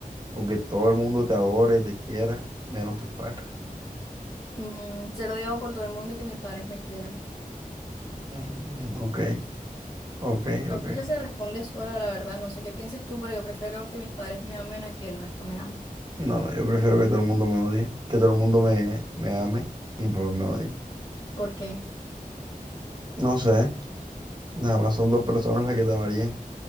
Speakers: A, on the right; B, on the left.
A: ¿O que todo el mundo te adore, te quiera, menos tus padres?
B: Mm, ser odiado por todo el mundo y que mis padres me quieran.
A: Mm, ok, ok,
B: La
A: ok.
B: cosa se responde sola, la verdad. No sé qué pienses tú, pero yo prefiero que mis padres me amen a que el resto me ame.
A: No, no, yo prefiero que todo el mundo me odie, que todo el mundo me, me ame y pues me odie.
B: ¿Por qué?
A: No sé, nada más son dos personas las que te amarían